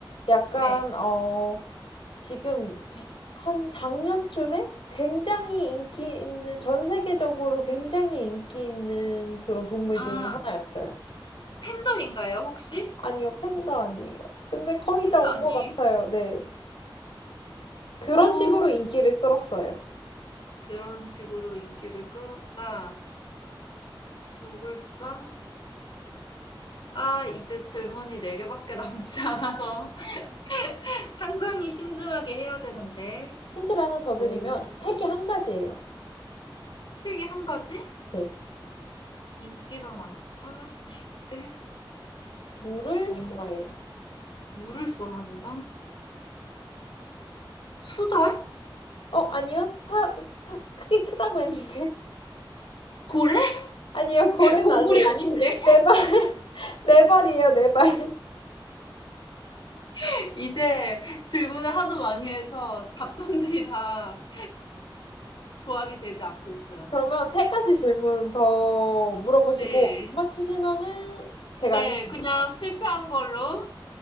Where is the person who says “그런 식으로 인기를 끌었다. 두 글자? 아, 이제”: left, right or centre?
Left